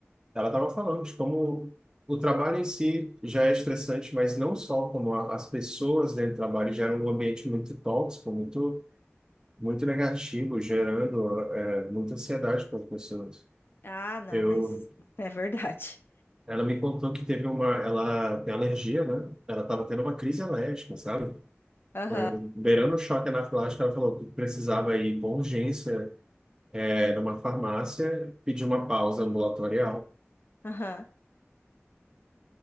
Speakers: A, on the right; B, on the left.
A: ela estava falando de como o trabalho em si já é estressante, mas não só como a, as pessoas dentro do trabalho geram um ambiente muito tóxico, muito, muito negativo, gerando é, muita ansiedade para as pessoas.
B: Ah, não,
A: Eu,
B: mas é verdade.
A: ela me contou que teve uma, ela tem alergia, né? Ela estava tendo uma crise alérgica, sabe?
B: Aham,
A: É, Beirando o choque anafilático, ela falou que precisava ir com urgência, é, numa farmácia, pedir uma pausa ambulatorial.
B: aham.